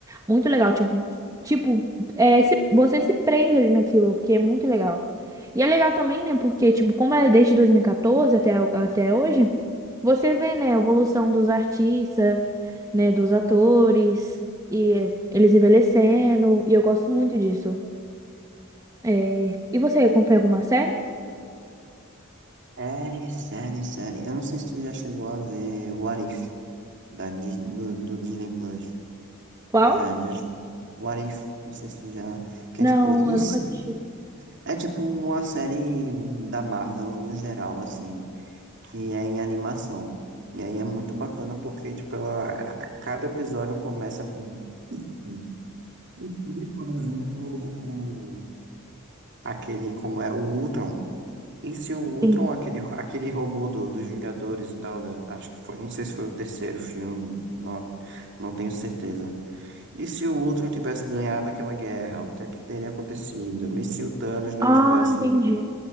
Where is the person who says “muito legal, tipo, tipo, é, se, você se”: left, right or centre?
Right